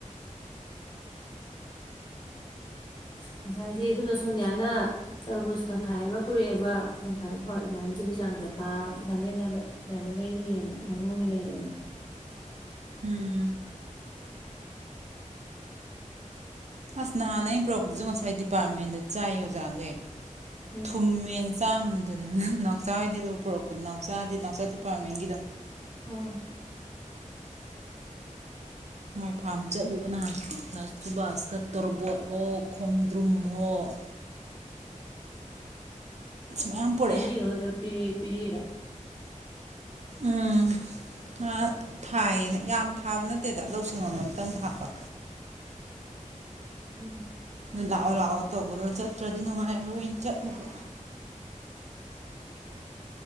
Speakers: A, on the left (about 35°); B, on the right (about 55°).
A: ꯉꯁꯥꯏꯁꯦ ꯑꯗꯨꯅ ꯁꯣꯅꯤꯌꯥꯅ ꯇꯔꯕꯨꯁ ꯇꯪꯈꯥꯏ ꯑꯃ ꯄꯨꯔꯛꯑꯦꯕ ꯇꯪꯈꯥꯏ ꯑꯃ ꯐꯥꯎꯔꯛꯑꯦ ꯑꯗꯨꯃꯥꯏꯅꯗꯨꯒꯤ ꯆꯥꯡꯗ ꯀꯥꯗꯝꯝꯃꯦꯅ ꯑꯗꯨ ꯂꯩꯔꯤꯅꯦꯅ ꯂꯝꯂꯣꯡꯗ ꯂꯩꯔꯛꯑꯦꯅ
B: ꯎꯝ ꯑꯁ ꯅꯍꯥꯟꯅ ꯑꯩꯅ ꯄꯨꯔꯛꯄꯗꯁꯨ ꯉꯁꯥꯏ ꯗꯤꯄꯥꯔꯠꯃꯦꯟꯗ ꯆꯥꯏ ꯑꯣꯖꯥꯈꯩ
A: ꯎꯝ
B: ꯊꯨꯝꯃꯦꯦꯟ ꯆꯥ ꯉꯝꯗꯗꯅ ꯅꯥꯎꯆꯥ ꯍ ꯑꯣꯏꯗꯦ ꯂ ꯄꯨꯔꯛꯄꯗ ꯅꯥꯎꯆꯥꯗꯤ ꯅꯥꯎꯆꯥ ꯗꯤꯄꯥꯔꯠꯃꯦꯟꯒꯤꯗꯣ
A: ꯍ
B: ꯃꯥꯏ ꯐꯥꯔꯝ ꯆꯠꯂꯨꯕ ꯅꯍꯥꯟ ꯆꯨꯕꯥꯁꯇ ꯇꯣꯔꯕꯣꯠ ꯑꯣ ꯈꯣꯡꯗ꯭ꯔꯨꯝ ꯑꯣꯣ ꯃꯌꯥꯝ ꯄꯨꯔꯛꯑꯦ
A: ꯂꯩꯔꯤꯔꯣ ꯑꯗꯨꯗ꯭ꯔꯞꯗꯤ ꯄꯦꯔ
B: ꯎꯝ ꯃꯥ ꯊꯥꯏꯌꯦꯅ ꯌꯥꯝ ꯊꯥꯕ ꯅꯠꯇꯦꯗ ꯂꯧꯁꯪ ꯑꯃ ꯑꯝꯇꯪ ꯊꯥꯛꯄ
A: ꯎꯝ
B: ꯑꯗꯨ ꯂꯥꯛꯑꯣ ꯂꯥꯛꯑꯣ ꯇꯧꯕꯗ ꯆꯠꯇ꯭ꯔꯗꯤ ꯅꯨꯡꯉꯥꯏꯔꯔꯣꯏꯅ ꯆꯠꯂꯨꯕ